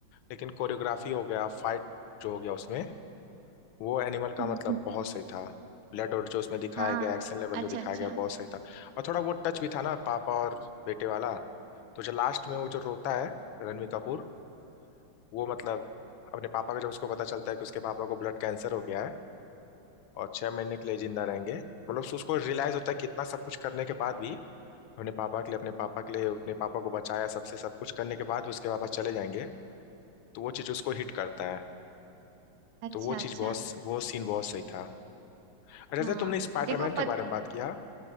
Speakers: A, on the left; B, on the right.
A: लेकिन कोरियोग्राफी हो गया फाइट जो हो गया उसमें वो एनिमल
B: हम्म,
A: का मतलब
B: हम्म,
A: बहुत सही था ब्लड और जो उसमें दिखाया
B: हाँ
A: गया एक्शन लेवल
B: अच्छा
A: जो दिखाया
B: अच्छा
A: गया बहुत सही था और थोड़ा वो टच भी था ना पापा और बेटे वाला तो जो लास्ट में वो जो रोता है रणवीर कपूर वो मतलब अपने पापा को जब उसको पता चलता है कि उसके पापा को ब्लड कैंसर हो गया है और छह महीने के लिए जिंदा रहेंगे मतलब उस- उसको रियलाइज होता है कि इतना सब कुछ करने के बाद भी अपने पापा के लिए अपने पापा के लिए अपने पापा को बचाया सबसे सब कुछ करने के बाद उसके पापा चले जाएंगे तो वो चीज उसको हिट करता है
B: अच्छा
A: तो वो
B: अच्छा
A: चीज बहुत वो सीन बहुत सही था अच्छा
B: हाँ
A: जैसे तुमने स्पाइडरमैन
B: देखो पत
A: के बारे में बात किया